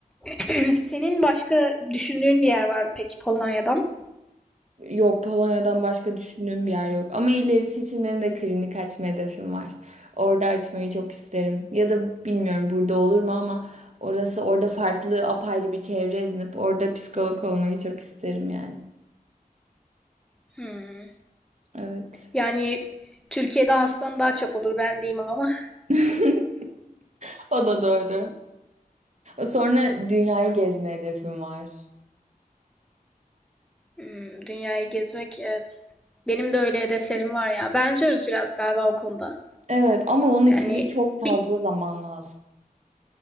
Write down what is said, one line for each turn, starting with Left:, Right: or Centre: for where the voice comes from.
Centre: <clears throat> senin başka düşündüğün bir yer var mı peki Polonya'dan?
Right: Yok Polonya'dan başka düşündüğüm bir yer yok. Ama ilerisi için benim de klinik açma hedefim var. Orada açmayı çok isterim. Ya da bilmiyorum burada olur mu ama orası orada farklı apayrı bir çevre edinip orada psikolog olmayı çok isterim yani.
Centre: Hmm.
Right: Evet.
Centre: Yani Türkiye'de hastan daha çok olur ben diyeyim ama.
Right: <laughs> O da doğru. Sonra dünyayı gezme hedefim var.
Centre: Hmm, dünyayı gezmek evet. Benim de öyle hedeflerim var ya. Benziyoruz biraz galiba o konuda.
Right: Evet ama onun için
Centre: Yani
Right: de çok fazla
Centre: bir,
Right: zaman lazım.